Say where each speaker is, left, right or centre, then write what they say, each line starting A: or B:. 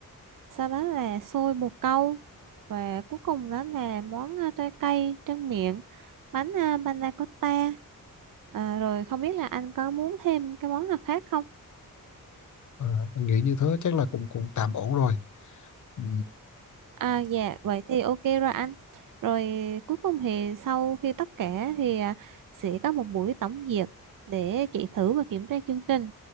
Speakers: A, on the right; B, on the left.
A: sau đó là xôi bồ câu và cuối cùng đó là món à, trái cây tráng miệng, bánh à, panna cotta. À, rồi không biết là anh có muốn thêm cái món nào khác không?
B: à, anh nghĩ như thế chắc là cũng cũng tạm ổn rồi ừ.
A: À, dạ vậy thì ok rồi anh. Rồi cuối cùng thì sau khi tất cả thì à, sẽ có một buổi tổng duyệt để chị thử và kiểm tra chương trình.